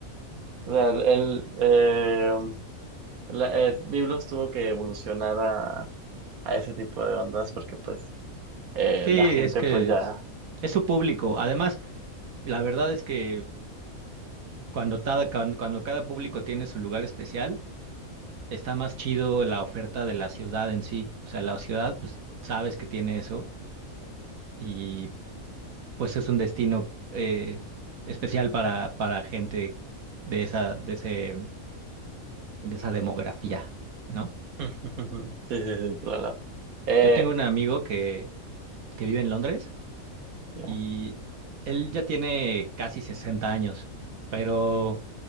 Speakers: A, on the right; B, on the right.
A: O sea, el, el, eh, la- eh, Biblos tuvo que evolucionar a, a ese tipo de ondas porque pues eh,
B: Sí,
A: la gente
B: es que
A: pues ya...
B: es, es su público. Además, la verdad es que Cuando, cada- cuan- cuando cada público tiene su lugar especial, está más chido la oferta de la ciudad en sí. O sea, la ciudad, pues sabes que tiene eso y pues es un destino eh, especial para, para gente de esa, de ese, de esa demografía, ¿no?
A: <laughs> Sí, sí, sí, claro. Eh,
B: Yo tengo un amigo que, que vive en Londres
A: ya.
B: y él ya tiene casi 60 años, pero...